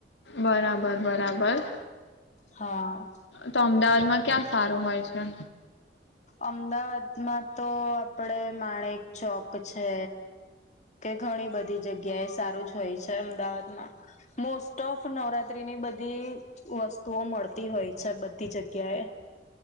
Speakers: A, on the left (about 85°); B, on the left (about 40°).
A: બરાબર બરાબર
B: હા.
A: તો અમદાવાદમાં ક્યાં સારું હોય છે?
B: અમદાવાદમાં તો આપડે માણેક ચોક છે. કે ઘણી બધી જગ્યા એ સારું જ હોય છે અમદાવાદમાં મોસ્ટ ઓફ નવરાત્રીની બધી વસ્તુઓ મળતી હોય છે બધી જગ્યાએ